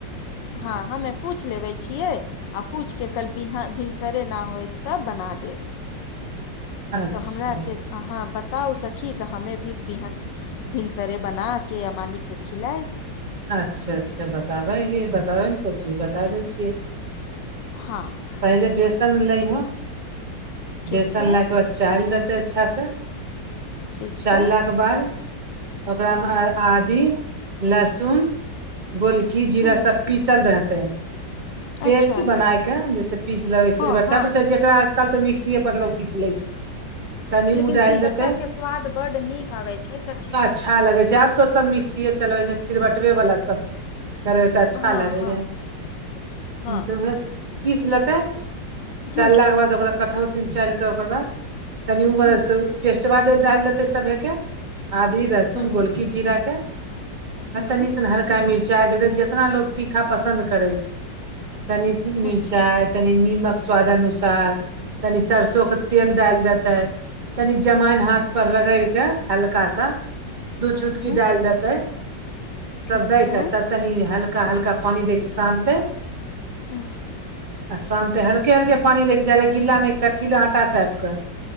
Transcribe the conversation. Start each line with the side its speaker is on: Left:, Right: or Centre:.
Left: हँ, हमे पू पूछ लेबे छियै आ पूछि के काल्हि भिनसरे नहि होय तऽ बना देब।
Right: अच्छा
Left: तऽ हमरा आओरके अहाँ बताउ, सखी, तऽ हमहुँ भिनसर। भिनसरे बना कऽ आ मालिकके खुआय।
Right: अच्छा-अच्छा, बताबै हँ, बताबै ने, किछु बता दै छियै।
Left: हँ।
Right: पहिने बेसन लेबो,
Left: ठीक
Right: बेसन
Left: छै
Right: लऽ कऽ बाद। चाल देतऽ, अच्छा सँ
Left: ठीक
Right: चाल।
Left: छै
Right: बाद ओकरामे आदी लहसुन। गोलकी, जीरा
Left: ह
Right: सभ पीसल रहतै। पेस्ट
Left: अच्छा
Right: बना कऽ, जेना पीस लेबै सिलबट्टापर,
Left: हँ हँ
Right: जेकरा आजकल तऽ मिक्सीएपर लोक पीस ले छै। तनी
Left: लेकिन
Right: ओ डालि
Left: सिलबट्टाके
Right: देते
Left: स्वाद बड्ड नीक अबैत छै, सखी।
Right: अच्छा लगै छै, आब तऽ सभ मिक्सीए चलबैत छै, सिलबट्टावालला सभ। करै तऽ अच्छा
Left: हँ
Right: लगत।
Left: हँ हँ
Right: तऽ ओहिमे पीसि लेतऽ,
Left: हूँ
Right: चलला के बाद ओकरा काटब। तीन चम्मचके ओकर बाद कनि उमेर
Left: हूँ
Right: पेस्ट डालि देतऽ सभके। आदी, लहसुन,
Left: हूँ
Right: गोलकी, जीरा कऽ। आ
Left: हूँ
Right: तनी से ने हल्का मिरचाई दे, जितना लोक तीखा पसन्द करै छै। तनी मिरचाइ।
Left: अच्छा
Right: कनि नीमक स्वाद अनुसार, कनि सरसोंके तेल डाल देतै। तनि अजवाइन
Left: हूँ
Right: हाथपर रगड़ि कऽ हल्का सा। दू
Left: हूँ
Right: चुटकी
Left: हूँ
Right: डालि देतै,
Left: ठीक
Right: सभ दऽ
Left: छै
Right: कऽ तब। तनि हल्का हल्का पानि दऽ कऽ सानतै।
Left: हूँ
Right: आ शामे हल्का हल्का पानि दऽ कऽ गिला कऽ आटा टाइपके।